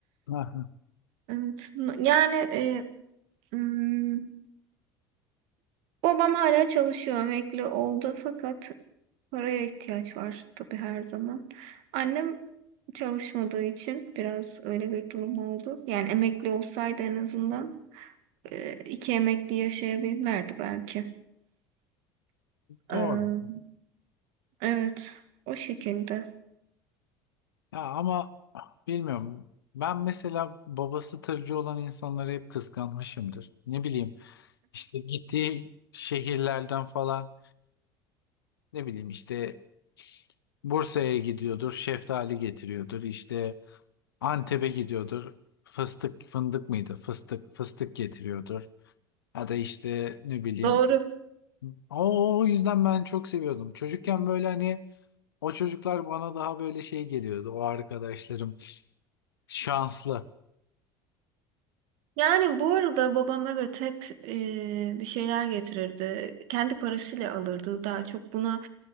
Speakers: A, on the left; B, on the right.
A: Aha,
B: Evet. n- Yani e, hmm, babam hala çalışıyor, emekli oldu fakat paraya ihtiyaç var tabii her zaman. Annem çalışmadığı için biraz öyle bir durum oldu. Yani emekli olsaydı en azından e, iki emekli yaşayabilirlerdi belki.
A: doğru.
B: Ee, evet, o şekilde.
A: Ya ama bilmiyorum. Ben mesela babası tırcı olan insanları hep kıskanmışımdır. Ne bileyim işte gittiği şehirlerden falan ne bileyim işte Bursa'ya gidiyordur, şeftali getiriyordur işte Antep'e gidiyordur. Fıstık fındık mıydı? Fıstık fıstık getiriyordur. Ya da işte ne bileyim.
B: Doğru.
A: O, o yüzden ben çok seviyordum. Çocukken böyle hani o çocuklar bana daha böyle şey geliyordu. O arkadaşlarım şanslı.
B: Yani bu arada babam evet hep e, bir şeyler getirirdi. Kendi parasıyla alırdı daha çok. Buna